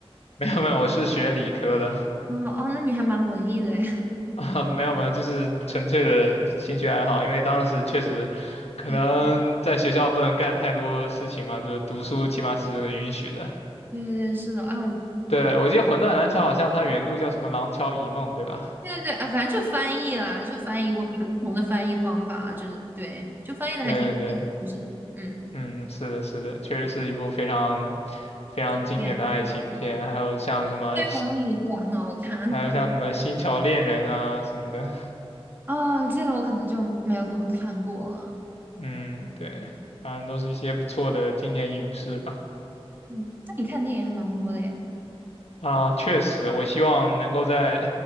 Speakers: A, on the left (about 85°); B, on the right (about 20°).
A: 没有没有，我是学理科的
B: 哦哦，那你还蛮文艺的诶。<laughs>
A: <laughs> 啊，没有没有，就是纯粹的兴趣爱好，因为当时确实可能在学校不能干太多事情嘛，
B: 对，
A: 就是读书起码是允许的。
B: 对对对，是的，啊，我对
A: 对，我记得《魂断蓝桥》好像它原著叫什么《廊桥遗梦》，对吧？
B: 对对，啊，反正就翻译啦，就翻译过不同的翻译方法，就是对，就翻译的还挺，
A: 对对。
B: 就是嗯，
A: 嗯，是的，是的，确实是一部非常非常经典的爱情片，
B: 对对，
A: 还有像什么
B: 这能力对啊，很好看。
A: 还有像什么《星桥恋人》啊什么的，
B: <laughs> 啊。这个我可能就没有怎么看过了。
A: 嗯，对，反正都是一些不错的经典影视吧。
B: 嗯，但你看电影还蛮多的耶。
A: 啊，确实，我希望能够在